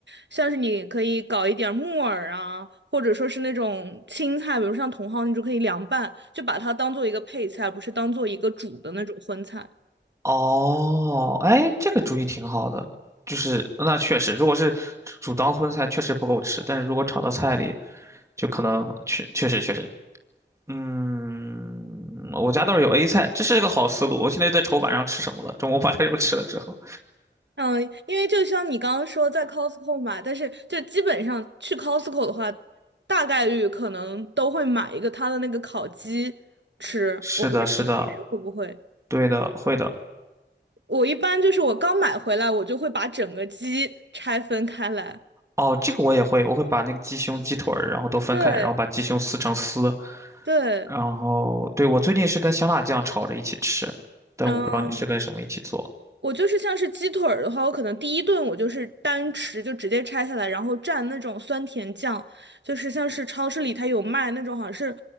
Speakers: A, on the right; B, on the right.
A: 像是你可以搞一点儿木耳啊，或者说是那种青菜，比如像茼蒿，你就可以凉拌，就把它当做一个配菜，不是当做一个煮的那种荤菜。
B: 哦，哎，这个主意挺好的，就是那确实，如果是煮当荤菜，确实不够吃，但是如果炒到菜里，就可能确确实确实，嗯，我家倒是有 A 菜，这是个好思路。我现在就在愁晚上吃什么了，中午把这肉 <laughs> 吃了之后。
A: 嗯，因为就像你刚刚说在 Costco 买，但是就基本上去 Costco 的话，大概率可能都会买一个它的那个烤鸡吃。
B: 是的，
A: 我不知道你平时会不会，
B: 是的，对的，会的。
A: 我一般就是我刚买回来，我就会把整个鸡拆分开来。
B: 哦，这个我也会，我会把那个鸡胸、鸡腿儿，然后都分开，
A: 对
B: 然后把鸡胸撕成丝，
A: 对，
B: 然后对，我最近是跟香辣酱炒着一起吃，但我不知道你是跟什么一起做。
A: 嗯，我就是像是鸡腿儿的话，我可能第一顿我就是单吃，就直接拆下来，然后蘸那种酸甜酱，就是像是超市里它有卖那种好像是